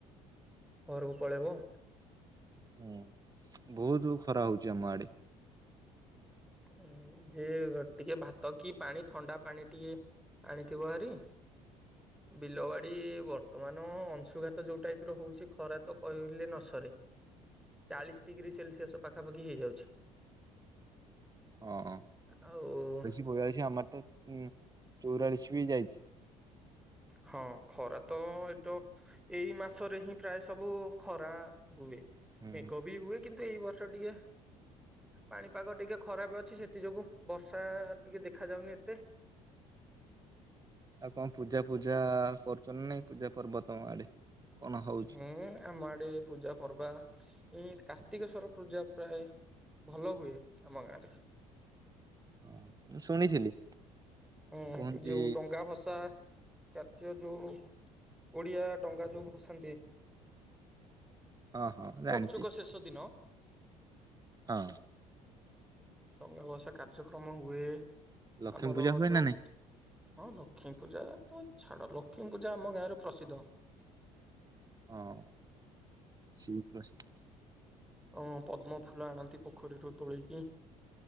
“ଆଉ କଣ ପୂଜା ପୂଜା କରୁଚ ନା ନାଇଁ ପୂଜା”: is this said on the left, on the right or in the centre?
Right